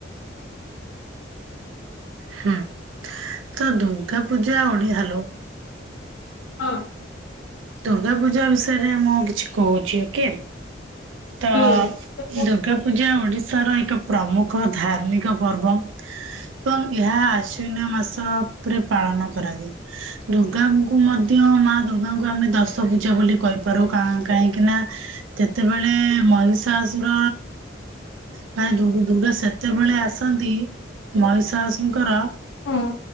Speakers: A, on the right; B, on the left.
A: ହୁଁ ତ ଦୁର୍ଗା ପୂଜା ଓଣି ହାଲୋ।
B: ହଁ।
A: ଦୁର୍ଗା ପୂଜା ବିଷୟରେ ମୁଁ କିଛି କହୁଛି ଓକେ। ତ
B: ହୁଁ। ହଁ।
A: ଦୁର୍ଗା ପୂଜା ଓଡିଶାର ଏକ ପ୍ରମୁଖ ଧାର୍ମିକ ପର୍ବ। ଏବଂ ଏହା ଆସୁ ନା ମସ। ରେ ପାଳନ କରାଯାଏ ଦୁର୍ଗାଙ୍କୁ ମଧ୍ୟ ମା ଦୁର୍ଗ। ତାଙ୍କୁ ଆମେ ଦଶ ପୂଜା ବୋଲି କହିପାରୁ କାହିଁକି ନା ଯେତେବେଳେ ମଇଷ। ମହିଁସାଶୁର ମାନେ ଦୁ ଦୁର୍ଗା ସେତେବେଳେ ଆସନ୍ତି। ମହିଷସଙ୍କର
B: ହଁ।